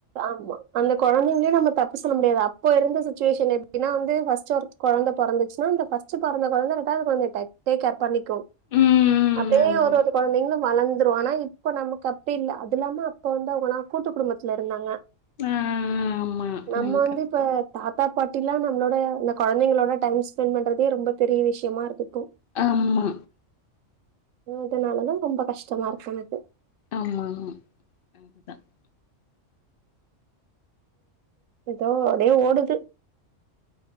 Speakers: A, on the right; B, on the left.
A: ஆமா அந்த கொழந்தைங்களையு நம்ம தப்பு சொல்ல முடியாது அப்போ இருந்த சிச்சுவேஷன் எப்டினா வந்து ஃபர்ஸ்ட் கொழந்த பொறந்துச்சுனா அந்த ஃபர்ஸ்ட் பொறந்த கொழந்த ரெண்டாவது கொழந்தய டேக் கேர் பண்ணிக்கு
B: ம்
A: அப்டியே
B: ஆமா
A: ஒரு ஒரு குழந்தைங்களு வளந்துரு ஆனா இப்ப நமக்கு அப்டி இல்ல அது இல்லாம இப்போ வந்தவங்கலா கூட்டு குடும்பத்துல இருந்தாங்க
B: ஆ ஆமா
A: நம்ம
B: நீங்க
A: வந்து
B: கரெக்ட்டு
A: இப்ப
B: தா
A: தாத்தா பாட்டில்லா நம்மளோட இந்த குழந்தைங்களோட டை டைம் ஸ்பெண்ட் பண்றதே ரொம்ப பெரிய விஷயமா இருக்கும்
B: ஆமா
A: இதனாலதா ரொம்ப கஷ்டமா இருக்கு உனக்கு
B: ஆமா அதுதா
A: எதோ அப்டே ஓடுது